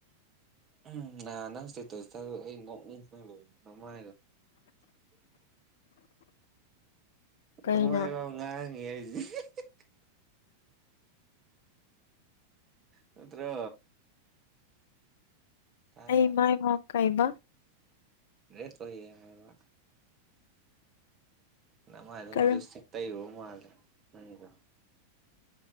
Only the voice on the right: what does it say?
ꯎꯝ ꯅꯍꯥꯟ ꯅꯪ ꯏꯁꯇꯦꯇꯁꯇ ꯑꯩ ꯅꯣꯛꯅꯤꯡꯕꯅ ꯂꯣꯏ <unintelligible> ꯃꯥꯏꯗꫭ
ꯅꯃꯥꯏꯗꯣ ꯉꯥꯡꯉꯤ <unintelligible> ꯅꯠꯇ꯭ꯔꯣ ꯇꯥꯕ꯭ꯔꯥ
ꯔꯦꯠ ꯑꯣꯏꯌꯦ ꯍꯥꯏꯕ ꯅꯃꯥꯥꯏꯗꯣ
ꯂꯤꯞꯁꯇꯤꯛ ꯇꯩꯔꯨꯕ ꯃꯥꯜꯂꯤ ꯅꯪꯒꯤꯗꯣ